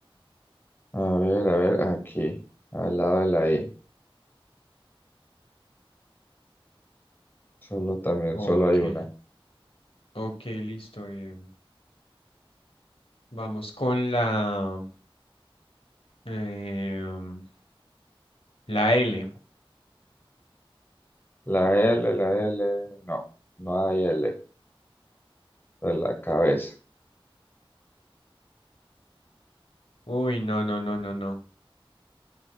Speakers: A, on the left; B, on the left.
A: A ver, a ver, aquí, al lado de la I. Solo también,
B: Ok.
A: solo hay una.
B: Ok, listo. eh, vamos con la, em, la L.
A: La L, la L, no, no hay L. De la cabeza.
B: Uy, no, no, no, no, no.